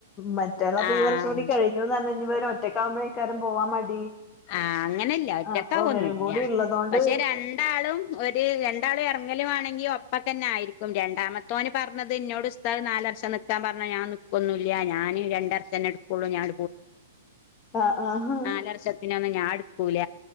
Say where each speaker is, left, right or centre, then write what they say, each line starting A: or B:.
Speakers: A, on the left (about 30°); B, on the left (about 45°).
A: മറ്റെല്ലപ്പ
B: ആഹ്
A: ഈവറ ചൂടി കഴി ന്ന്ഞ്ഞ്ര ഒരു ഒറ്റക്കാവുമ്പോഴേക്കാരും പോവാൻ മടി
B: ആഹ അങ്ങനെല്ല ഒറ്റക്കകൊന്നില്ല
A: അപ്പൊ ഇവരും കൂടി ഇള്ളതോണ്ട്
B: പക്ഷെ രണ്ടാളും ഒരു രണ്ടാളും ഇറ ലും ആണെങ്കിൽ ഒപ്പ തന്നെ ആയിരിക്കും രണ്ടാമത്തോന് പറഞ്ഞത് എന്നന്നോട്. നാല വർംൽക്കാൻ പറഞ്ഞാ ഞാ നിക്കൊന്നില്ല ഞും രണ്ട വർഷംെ എടുക്കുള്ളൂ ഞാൻ.
A: ആഹ് ആഹ്
B: നാലർ. പിന്നെ ഒന്ന ഞാൻ എടുക്കൂല